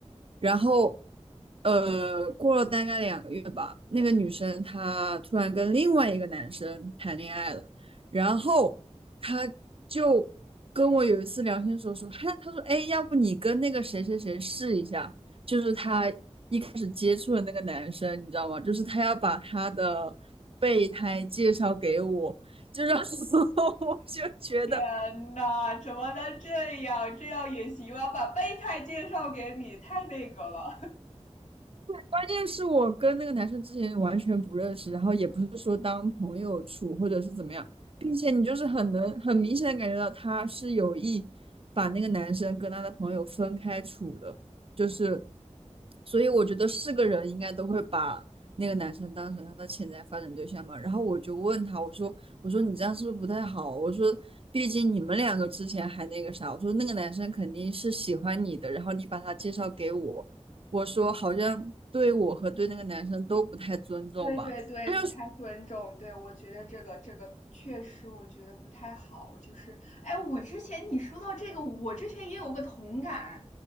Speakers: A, on the right; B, on the left.
A: 然后，呃，过了大概两个月吧，那个女生她突然跟另外一个男生谈恋爱了，然后她就跟我有一次聊天的时候说，嗨，她说，哎，要不你跟那个谁谁谁试一下，就是他一开始接触的那个男生，你知道吗？就是他要把他的备胎介绍给我，就让 <laughs> 我就觉得
B: 天呐，怎么能这样？这样也行？我要把备胎介绍给你，太那个了。
A: 关键是我跟那个男生之前完全不认识，然后也不是说当朋友处或者是怎么样，并且你就是很能很明显的感觉到他是有意把那个男生跟他的朋友分开处的，就是，所以我觉得是个人应该都会把那个男生当成他的潜在发展对象嘛。然后我就问他，我说我说你这样是不是不太好？我说毕竟你们两个之前还那个啥，我说那个男生肯定是喜欢你的，然后你把他介绍给我。我说好像对我和对那个男生都不太尊重吧。
B: 对对对，
A: 他就说，
B: 不太尊重，对，我觉得这个这个确实，我觉得不太好。就是，哎，我之前你说到这个，我之前也有个同感，